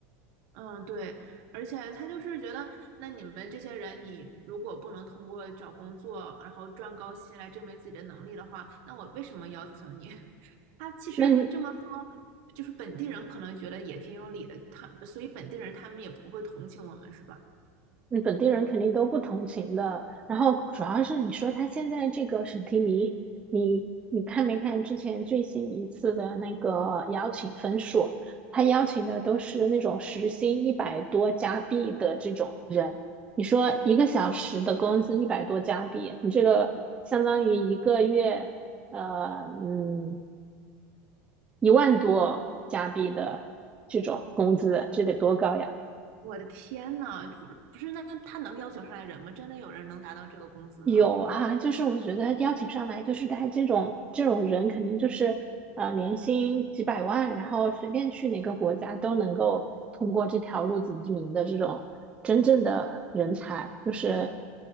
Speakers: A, on the right (about 60°); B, on the right (about 15°).
A: 嗯，对，而且他就是觉得，那你们这些人，你如果不能通过找工作，然后赚高薪来证明自己的能力的话，那我为什么邀请你？<laughs> 他其实这么说，
B: 那
A: 就是本地人可能觉得也挺有理的，他，所以本地人他们也不会同情我们，是吧？
B: 嗯，本地人肯定都不同情的。然后主要是你说他现在这个审提名，你你看没看之前最新一次的那个邀请分数？他邀请的都是那种时薪一百多加币的这种人。你说一个小时的工资一百多加币，你这个相当于一个月，呃，嗯，一万多加币的这种工资，这得多高呀！
A: 我的天呐，不是不是，那他能邀请上来人吗？真的有人能达到这个工资吗？
B: 有啊，就是我觉得邀请上来，就是他这种这种人，肯定就是呃年薪几百万，然后随便去哪个国家都能够通过这条路子移民的这种真正的人才，就是